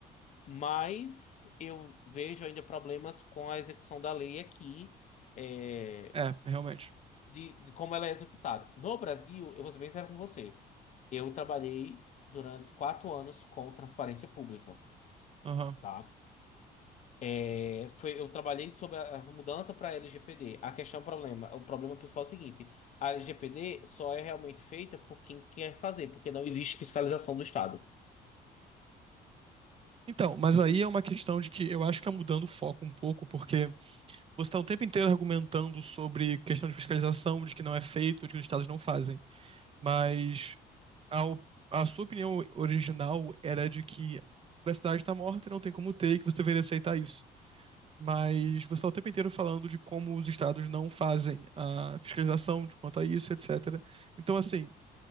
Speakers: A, on the left; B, on the right.
A: Mas eu vejo ainda problemas com a execução da lei aqui, é,
B: É, realmente.
A: de, de como ela é executada. No Brasil, eu vou ser bem sério com você, eu trabalhei durante quatro anos com transparência pública,
B: Aham.
A: tá? É, foi, eu trabalhei sobre a a mudança para a LGPD. A questão, o problema, o problema principal é o seguinte: a LGPD só é realmente feita por quem quer fazer, porque não existe fiscalização do Estado.
B: Então, mas aí é uma questão de que eu acho que tá mudando o foco um pouco, porque Você está o tempo inteiro argumentando sobre questão de fiscalização, de que não é feito, de que os estados não fazem. Mas ao- a, sua opinião original era de que a cidade está morta e não tem como ter, e que você deveria aceitar isso. Mas você está o tempo inteiro falando de como os estados não fazem a fiscalização de quanto a isso, etc. Então, assim,